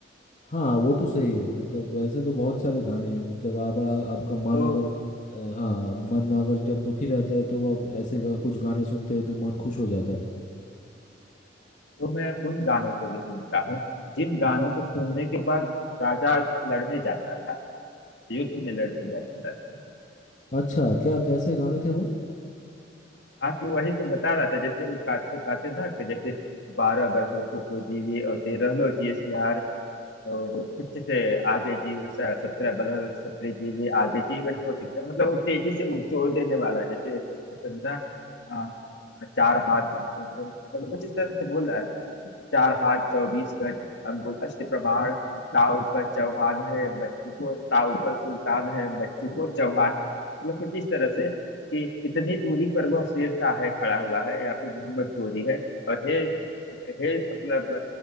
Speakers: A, on the left; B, on the left.
A: हाँ वो तो सही है मतलब वैसे तो बहुत सारे गाने हैं मतलब आप बड़ा आपका मन
B: तो
A: अगर अ, हाँ मन अगर जब दुखी रहता है तो आप ऐसे गा, कुछ गाने सुनते हैं तो मन खुश हो जाता है
B: तो मैं उन गानों को भी सुनता हूँ जिन गानों को सुनने के बाद राजा लड़ने जाता था युद्ध में लड़ने जाता था
A: अच्छा क्या कैसे गाने थे वो
B: हाँ तो वही तो बता रहा था जैसे वो काटते काटते ना तो जैसे बारह बरस लोगों को जीवे और तेरह लो जीएसआर और कुछ से आगे जीव सत्रह बरस लो छत्र जीवे आगे जीवन को दिखता मतलब वो तेजी से वो जोर देने वाला जैसे जैसे ना आ, चार हाथ मतलब कुछ इस तरह से बोला चार हाथ चौबीस गज अंगुल अष्ट प्रमाण ताव पर चौहान है बच्चू को ताव पर सुल्तान है बच्चू को चौहान मतलब कुछ इस तरह से कि इतनी दूरी पर वह शेर शाह है खड़ा हुआ है या फिर मोहम्मद गोरी है और हे हे मतलब